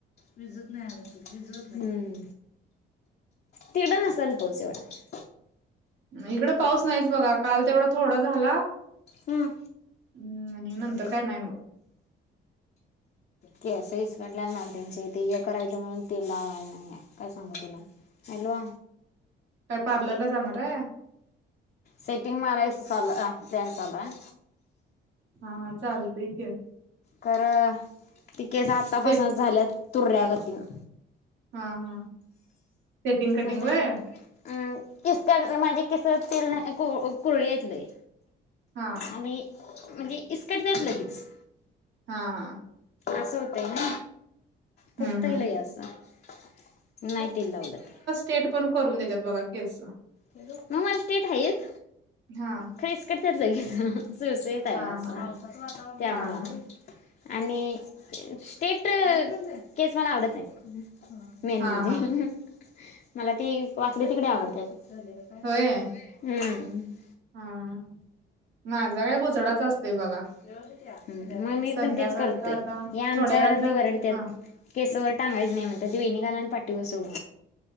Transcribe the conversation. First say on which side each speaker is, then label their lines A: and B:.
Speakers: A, on the left (about 50°); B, on the right (about 65°).
A: हम्म, तिकडं नसाल पाऊस एवढा.
B: इकड पाऊस नाहीच बघा काल तेवढा थोडा झाला.
A: हम्म
B: हम्म आणि नंतर
A: <inaudible>
B: काय नाही मग
A: केस इसकटला मला त्यांचे ते हे करायचं म्हणून ते लावायला नाहीये काय सांगू तुला. हॅलो.
B: काय पार्लरला जाणाराय?
A: सेटिंग मारायच चालू अ प्लान चालू आय.
B: हा हा चाल तय की.
A: खर ती केस आतापासूनच
B: सेट
A: झाल्यात तुर्या गतीन.
B: हा हा. सेटिंग कटिंग
A: म्हणजे
B: व्हय
A: अं किस्त्या डर्माची किस तेल नाय <unintelligible> घेतलय.
B: हा.
A: आम्ही म्हणजे इस्कटत्यात लगीच.
B: हा हा.
A: असं होतंय ग फुकतय
B: हम्म हम्म
A: लय असं नाय तेल लावलं तर.
B: थेट पण करून देतात बघा केस.
A: म -मला स्टेट हाइत
B: हा
A: खर इस्कटत्यात लगीच. सुळसुळीत आय
B: हा
A: व
B: हा
A: त्यामुळं.
B: हा हा
A: आणि स्टेट केस मला आवडत नायत. मेन
B: हा
A: म्हणजे
B: हा
A: मला ते वाकडी तिकडी आवडत्यात. हम्म.
B: होय हा माझा काय बुचडाचा असतय बघा.
A: हम्म, म -मी
B: संध्याकाळचा
A: पण तेच करतोय
B: आता
A: हे आमच्या
B: थोड्या वेळानं
A: घरातली वरडत्यात.
B: हा
A: केसवर टांगायच नाय म्हणत्यात वेणीघाला आणि पाठीवर सोड.